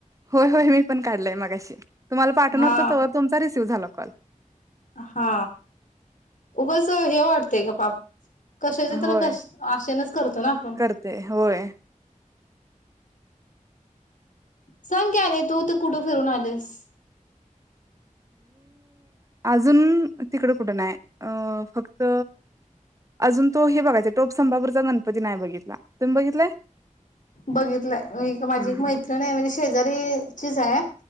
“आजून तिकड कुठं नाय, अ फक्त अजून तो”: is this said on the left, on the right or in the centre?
Right